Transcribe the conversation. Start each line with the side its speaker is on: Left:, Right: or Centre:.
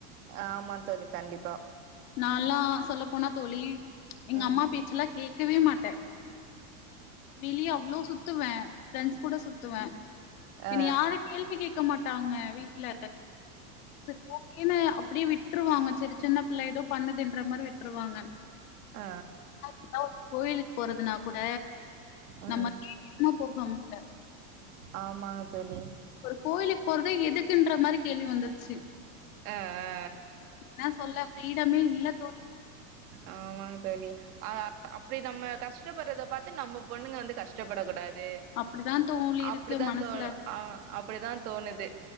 Right: ஆமா தோழி கண்டிப்பா
Left: நால்லா சொல்ல போனா தோழி எங்க
Right: ம்
Left: அம்மா பேச்செல்லா கே க்கவே மாட்டேன் வெளியே அவ்ளோ சுத்துவே பிரண்ட்ஸ் கூட சுத்துவேன்
Right: ஆ
Left: என்னைய யாரு கேள்வி கேட் இருக்க மாட்டாங்க வீட்ல செரி ஓகேன்னு அப் அப்பிடியே விட்ருவாங்க செரி சின்ன பிள்ள ஏதோ பண்ணுதுன்ற மாரி விட்ருவாங்க
Right: ஆ
Left: இப்ப ஒரு கோயிலுக்கு போறதுனா கூட
Right: ம்
Left: நம்ம போகம்ல
Right: ஆமாங்க தோழி
Left: கோயிலுக்கு போறதே எதுக்குன்ற மாரி கேள்வி வந்துருச்சு
Right: ஆ ஆ
Left: என்ன சொல்ல ஃபிரீடமே இல்ல தோழி
Right: ஆமாங்க தோழி அ அப்படி நம்ம கஷ்டப்படுறத பாத்து நம்ம பொண்ணுங்க வந்து கஷ்டப்படக் கூடாது
Left: அப்டிதான் தோழி
Right: அப்டித்தா
Left: இருக்கு மனசுல.
Right: தோ ஆ அப் படிதா தோணுது